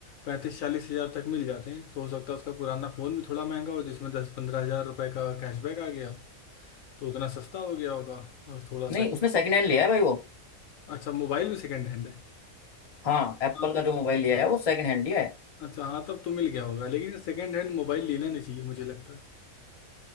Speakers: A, on the left (about 70°); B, on the left (about 30°).
A: पैंतीस चालीस हज़ार तक मिल जाते हैं तो हो सकता है उसका पुराना फ़ोन भी थोड़ा महंगा हो जिसमें दस पंद्रह हज़ार रुपये का कैशबैक आ गया हो तो उतना सस्ता हो गया होगा और थोड़ा सा
B: नहीं उसने सेकंड हैंड लिया है भाई वो
A: अच्छा मोबाइल भी सेकेंड हैंड है
B: हाँ एप्पल
A: हाँ तो
B: का जो मोबाइल लिया है वो सेकंड हैंड लिया है
A: अच्छा हाँ तब तो मिल गया होगा लेकिन सेकेंड हैंड मोबाइल लेना नहीं चाहिए मुझे लगता है